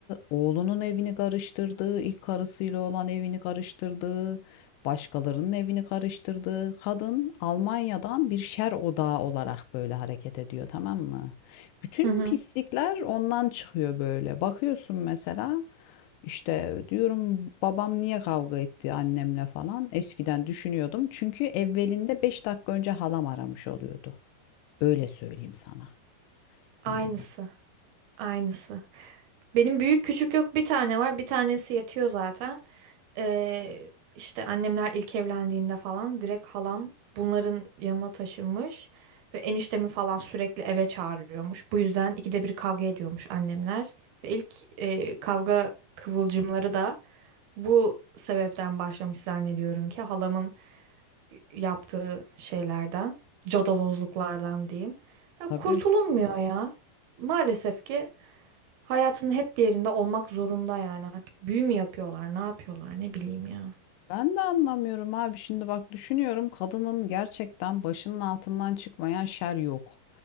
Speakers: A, on the left; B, on the right.
A: oğlunun evini karıştırdı, ilk karısıyla olan evini karıştırdı, başkalarının evini karıştırdı. Kadın Almanya'dan bir şer odağı olarak böyle hareket ediyor, tamam mı? Bütün
B: Hı hı.
A: pislikler ondan çıkıyor böyle. Bakıyorsun mesela işte diyorum babam niye kavga etti annemle falan. Eskiden düşünüyordum. Çünkü evvelinde 5 dakika önce halam aramış oluyordu. Öyle söyleyeyim sana.
B: Aynısı.
A: Yani.
B: Aynısı. Benim büyük küçük yok bir tane var. Bir tanesi yetiyor zaten. Ee, işte annemler ilk evlendiğinde falan direkt halam bunların yanına taşınmış. Ve eniştemi falan sürekli eve çağırıyormuş. Bu yüzden ikide bir kavga ediyormuş annemler. Ve ilk e, kavga kıvılcımları da bu sebepten başlamış zannediyorum ki halamın yaptığı şeylerden, cadalozluklardan diyeyim. Ya
A: Tabii.
B: kurtulunmuyor ya. Maalesef ki Hayatın hep bir yerinde olmak zorunda yani artık büyü mü yapıyorlar, ne yapıyorlar ne bileyim ya.
A: Ben de anlamıyorum abi. Şimdi bak düşünüyorum kadının gerçekten başının altından çıkmayan şer yok.